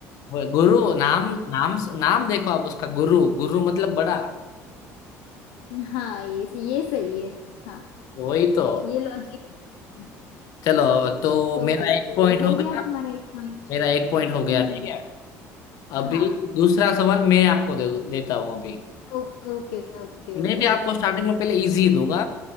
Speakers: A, on the left; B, on the left.
A: वो गुरु नाम नाम नाम देखो आप उसका गुरु गुरु मतलब बड़ा
B: हाँ ये ये सही है हाँ
A: वही तो
B: ये लॉजिक है
A: चलो तो
B: ओके
A: मेरा एक
B: तो
A: पॉइंट हो
B: हो
A: गया
B: गया तुम्हारा एक पॉइंट
A: मेरा एक पॉइंट हो गया
B: हम्म
A: ठीक है अभी
B: हाँ
A: दूसरा सवाल मैं आपको दे, देता हूँ अभी
B: ओ, ओके ओके
A: मैं
B: ओके
A: भी आपको
B: पूछो
A: स्टार्टिंग में पहले इजी दूंगा